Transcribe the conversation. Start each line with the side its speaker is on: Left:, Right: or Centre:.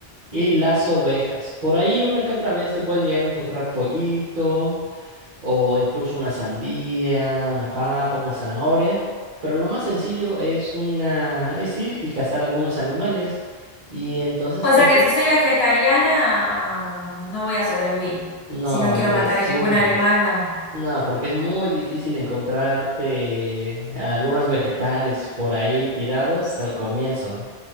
Right: y las ovejas. Por ahí una que otra vez te puedes llegar a encontrar pollito, o incluso una sandía, una papa, una zanahoria. Pero lo más sencillo es una, es ir y cazar algunos animales. Y entonces
Left: O sea
Right: eso
Left: que si soy vegetariana, no voy a sobrevivir.
Right: no
Left: Si no quiero
Right: les
Left: matar a
Right: sufres.
Left: ningún animal, no.
Right: No, porque es muy difícil encontrarte algunos vegetales por ahí tirados al comienzo.